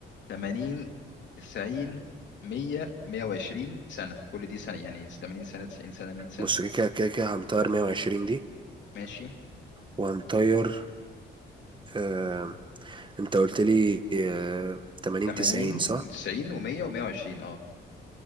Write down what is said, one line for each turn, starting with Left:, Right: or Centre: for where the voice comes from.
Left: 80 90 100 120 سنه كل دي سنه يعني 80 سنه 90 سنه 100 سنه
Right: بص كده كده كده كده هنطير 120 دي
Left: ماشي
Right: وهنطير آه... انت قلت لي آه... 80
Left: 80
Right: 90 صح
Left: و90 و100 و120 اه